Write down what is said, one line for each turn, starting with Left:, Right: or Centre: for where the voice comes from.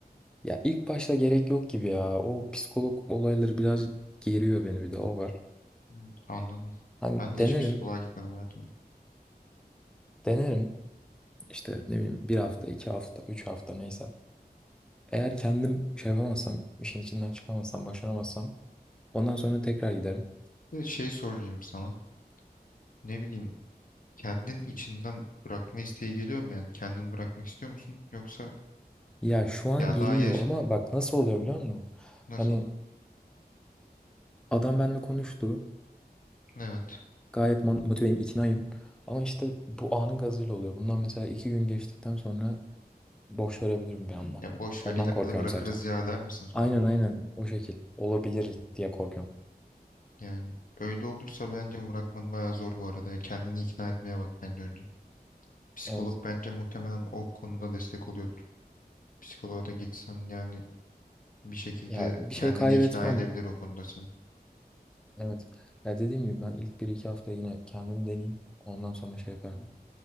Centre: Ya ilk başta gerek yok gibi ya. O psikolog olayları biraz geriyor beni bir de o var.
Left: Hmm, Anladım.
Centre: Hani
Left: Ben de
Centre: denerim,
Left: hiç psikoloğa gitmedim hayatımda.
Centre: denerim. İşte ne bileyim bir hafta, iki hafta, üç hafta neyse. Eğer kendim şey yapamazsam, işin içinden çıkamazsam, başaramazsam ondan sonra tekrar giderim.
Left: Bir de şey sorayım sana. Ne bileyim kendin içinden bırakma isteği geliyor mu yani? Kendin bırakmak istiyor musun? Yoksa
Centre: Ya şu an
Left: ya
Centre: geliyor
Left: daha yaş
Centre: ama bak nasıl oluyor biliyor musun?
Left: nasıl?
Centre: Hani adam benimle konuştu.
Left: Evet.
Centre: Gayet man- motiveyim, iknayım. Ama işte bu anın gazıyla oluyor. Bundan mesela iki gün geçtikten sonra boş verebilirim bir anda.
Left: Ya boş
Centre: Ondan
Left: ver ileride
Centre: korkuyorum
Left: bırakırız
Centre: zaten.
Left: ya der misin sonra?
Centre: Aynen aynen o şekil. Olabilir diye korkuyorum.
Left: Yani öyle olursa bence bırakman bayağı zor bu arada. ya. Kendini ikna etmeye bak bence önce. Psikolog
Centre: Evet.
Left: bence muhtemelen o konuda destek oluyordur. Psikoloğa da gitsen yani bir şekilde
Centre: Ya bir
Left: kendini
Centre: şey kaybetmem.
Left: ikna edebilir o konuda sen.
Centre: Evet. Ya dediğim gibi ben ilk bir iki hafta yine kendim deneyeyim. Ondan sonra şey yaparım.